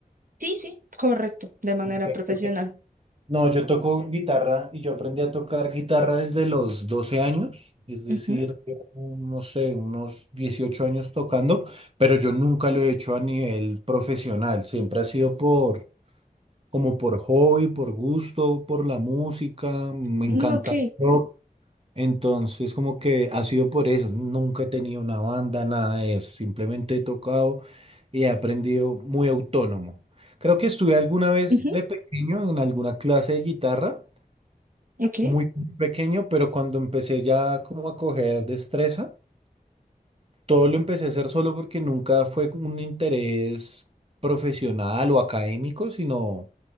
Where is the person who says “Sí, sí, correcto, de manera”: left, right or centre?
Right